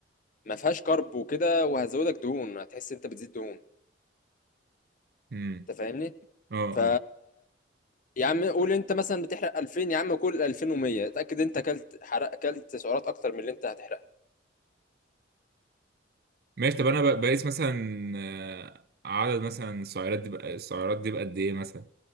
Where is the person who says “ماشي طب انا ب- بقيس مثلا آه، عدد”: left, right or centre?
Right